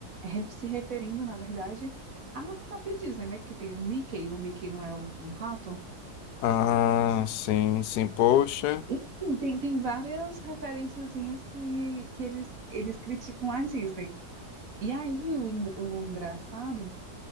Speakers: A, on the right; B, on the left.
A: é, ref- se referindo, na verdade, à própria Disney, né? Porque tem o Mickey, o Mickey não é um um rato.
B: Ah, sim, sim. Poxa,
A: Enfim, tem, tem várias referenciazinhas que, que eles, eles criticam a Disney. E aí o, en- o engraçado